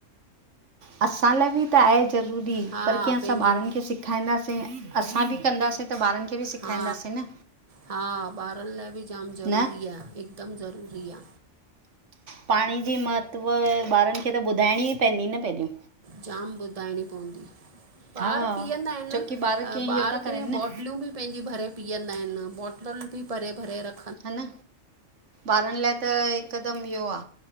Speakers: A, on the right; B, on the right.
A: असां लाइ बि त आहे ज़रूरी
B: हा
A: पर कीअं असां
B: पंहिंजे
A: ॿारन खे सिख। खाईंदासीं असां बि कंदासीं त ॿारन खे। बि सेखारींदासीं
B: हा
A: न
B: हा, ॿारन लाइ बि जाम ज़रूरी
A: न
B: आ, हिकदम ज़रूरी आ।
A: पाणी जी महत्व ॿारन खे त ॿुधाइणी ई पवंदी न पहेंरियो।
B: जाम ॿुधाइणी पवंदी।
A: हा
B: ॿार पीअंदा आहिन
A: छोकी
B: एन
A: ॿार कीअं इहो
B: ॿार
A: था करनि
B: कीअ बोटलूं
A: न
B: बि पंहिंजी भरे। पीअंदा आहिन बोटलएन बि भरे भरे रख।
A: ह न ॿारन लाइ त हिकदम इहो आ